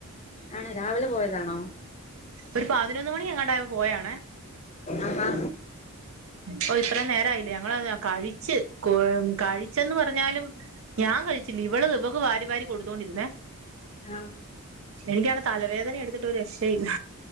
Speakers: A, on the left; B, on the right.
A: ആണോ രാവിലെ പോയതാണോ
B: ഒരു പതിനൊന്ന് മണി എങ്ങാണ്ടായപ്പോ പോയാണേ
A: ആഹാ
B: ഓ ഇത്ര നേര ണ്ടായില്ല ഞങ്ങള് കഴിച്ച് കൊ കഴിച്ചന്ന് പറഞ്ഞാലും ഞാൻ കഴിച്ചില്ല ഇവള് ഇവക്ക് വാരി വാരി കൊടുത്തോണ്ടിരുന്നേ
A: ആ
B: എനിക്കാണ് തലവേദന എടുത്തിട്ട് ഒരു രക്ഷയില്ല